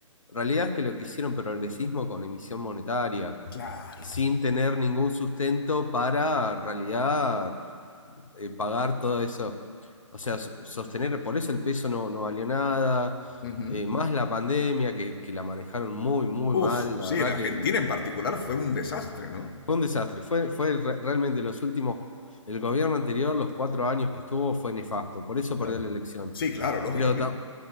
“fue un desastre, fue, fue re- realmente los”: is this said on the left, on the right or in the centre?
Left